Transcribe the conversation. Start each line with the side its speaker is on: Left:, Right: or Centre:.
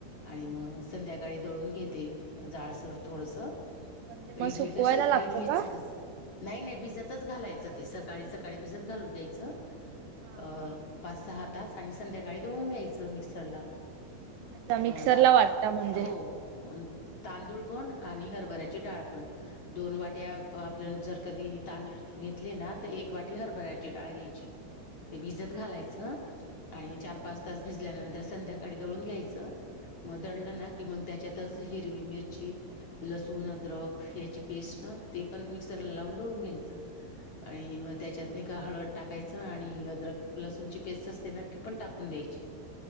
Left: आणि मग संध्याकाळी दळून घेते जाडसर थोडंसं
Right: पण ते मग
Left: इडली
Right: सुकवायला
Left: कस इडलीचं
Right: लागतं का?
Left: कस नाही नाही भिजतंच घालायचं
Right: असंच
Left: ते स काळी सकाळी भिजत घालून द्यायचं
Right: हा.
Left: अ पाच सहा आणि संध्याकाळी दडळून घ्यायचं मिक्सर ला.
Right: अच्छा मिक्सरला
Left: अ दाळ,
Right: वाटता म्हणजे.
Left: हो, ऊन तांदूळपण आणि हरभऱ्याचे डाळपण. दोन वाट्या आपल्या जर कधी तांदूळ घेतले ना, तर एक वाटी हरभऱ्याची डाळ घ्यायची. ते भिजत
Right: हा
Left: घालाच आणि चार, पाच तास भी भिजल्यानंतर संध्याकाळी दळून घ्यायच. मदळलं ना की मग त्याच्यातच हिरवी मिरची लसूण अद्रक ह्याची पेस्ट ना, ते पण मिक्सरला लावून दळून घ्यायचं. आणि मग त्याच्यात नि का हळद टाकायचं. आणि ही अद्रक लसूणची पेस्ट असते ना. ती पण टाकून द्यायची.